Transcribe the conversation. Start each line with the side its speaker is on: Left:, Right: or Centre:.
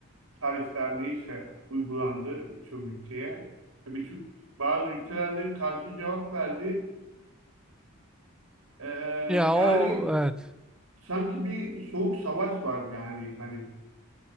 Right: tarifler neyse uygulandı birçok ülkeye. Ve Birçok bazı ülkelerde karşı cevap verdi. E,
Centre: Ya
Right: yani
Centre: o evet
Right: sanki bir soğuk savaş var yani. Hani